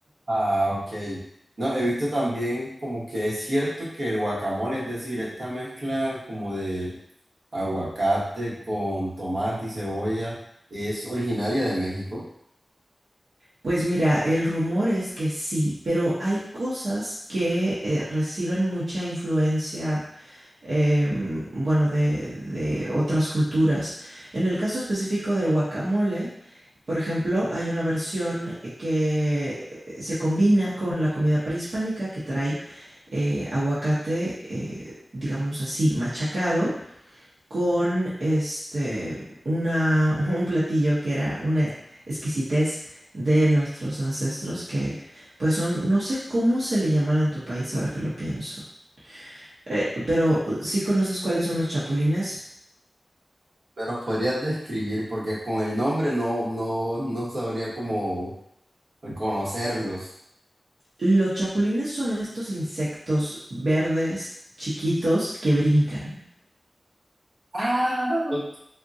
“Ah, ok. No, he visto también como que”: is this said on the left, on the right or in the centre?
Right